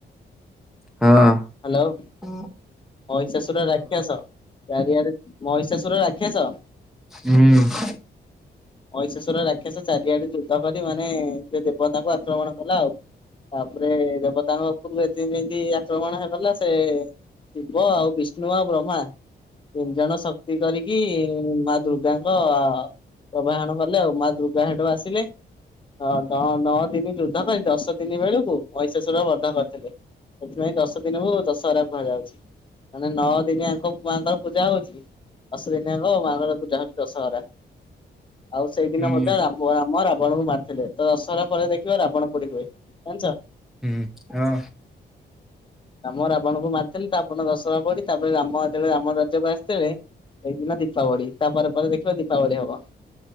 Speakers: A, in the centre; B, on the left (about 25°).
A: ହଁ।
B: ହ୍ୟାଲୋ।
A: ଓ।
B: ମହିଷାଶୁର ରାକ୍ଷସ ଚାରିଆଡେ ମହିଷାଶୁର ରାକ୍ଷସ।
A: ହୁଁ।
B: <inaudible> ମଇଶେଶ୍ଵର ରାକ୍ଷସ ଚାରିଆଡେ ଯୁଦ୍ଧ କରି ମାନେ ସେ ଦେବତାଙ୍କୁ ଆକ୍ରମଣ କଲା ଆଉ। ତାପରେ ଦେବତାଙ୍କ ଉପର ଏତିକି ଯେମତି ଆକ୍ରମଣ ହେଇଗଲା ସେ ଶିବ ଆଉ ବିଷ୍ଣୁ ଆଉ ବ୍ରହ୍ମା ତିନି ଜଣ ଶକ୍ତି କରିକି ମା ଦୁର୍ଗାଙ୍କ ପ୍ରଭାହଣ କଲେ ଆଉ ମା ଦୁର୍ଗା ହେଟୁ ଆସିଲେ। ହଁ ନଅ ଦିନ ଯୁଦ୍ଧ କରି ଦଶ ଦିନି ବେଳକୁ ମଇଁଶେଶ୍ଵରା ବଧ କରିଥିଲେ। ସେଥିପାଇଁ ଦଶ ଦିନକୁ ଦଶହରା କୁହାଯାଉଛି। ମାନେ ନଅ ଦିନି ଆଙ୍କ ମାଆଙ୍କର ପୂଜା ହଉଛି। ଦଶ ଦିନିଆଙ୍କ ମାଙ୍କର ପୂଜା ହଉଛି ଦଶହରା। ଆଉ ସେଇଦିନ
A: ହୁଁ
B: ମଧ୍ୟ ଆମ ରାବଣଙ୍କୁ ମାରିଥିଲେ ତ ଦଶହରା ପରେ ଦେଖିବ ରାବଣ ପୋଡି ହୁଏ। ଜାଣିଛ।
A: ହୁଁ ହଁ।
B: ରାମ ରାବଣଙ୍କୁ ମାରଥିଲେ ତା ଆପଣ ଦଶହାପଡିି ତାପରେ ରାମ ଯେତେବେଳେ ରାମ ରାଜ୍ୟ ଆସିଥିଲେ ଏଇଦିନ ଦୀପାବଳି ତାପରେ ପରେ ଦେଖିବା ଦୀପାବଳି ହବ।